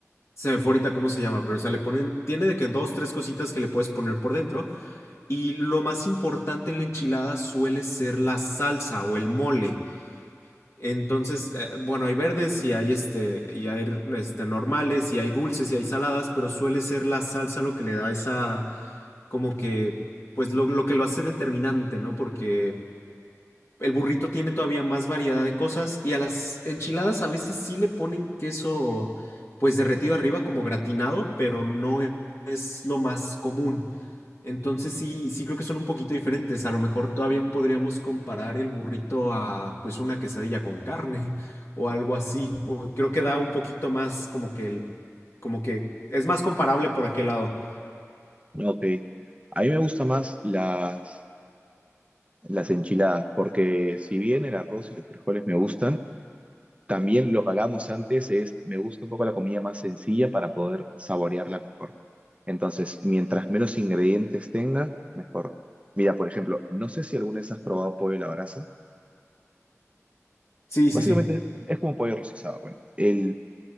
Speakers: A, on the left (about 60°); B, on the right (about 25°).
A: se me fue ahorita cómo se llama, pero, o sea, le ponen, tiene de que dos, tres cositas que le puedes poner por dentro. Y lo más importante en la enchilada suele ser la salsa o el mole. Entonces, eh, bueno, hay verdes y hay este, y hay este, normales y hay dulces y hay saladas, pero suele ser la salsa lo que le da esa, como que, pues lo, lo que lo hace determinante, ¿no? Porque el burrito tiene todavía más variedad de cosas y a las enchiladas a veces sí le ponen queso pues derretido arriba como gratinado, pero no e- es lo más común. Entonces sí, sí creo que son un poquito diferentes. A lo mejor todavía podríamos comparar el burrito a pues una quesadilla con carne <laughs> o algo así. O creo que da un poquito más como que el, como que es más comparable por aquel lado.
B: ok. A mí me gustan más las, las enchiladas, porque si bien el arroz y los frijoles me gustan, También lo que hablábamos antes es, me gusta un poco la comida más sencilla para poder saborearla mejor. Entonces, mientras menos ingredientes tenga, mejor. Mira, por ejemplo, no sé si alguna vez has probado pollo a la brasa.
A: Sí, sí,
B: Básicamente
A: sí.
B: es como un pollo rostizado. Bueno, el,